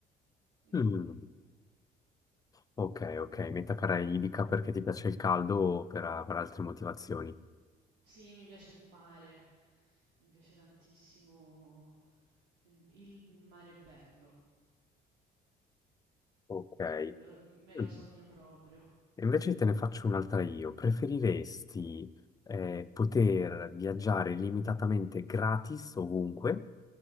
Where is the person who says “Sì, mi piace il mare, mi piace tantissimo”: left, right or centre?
Right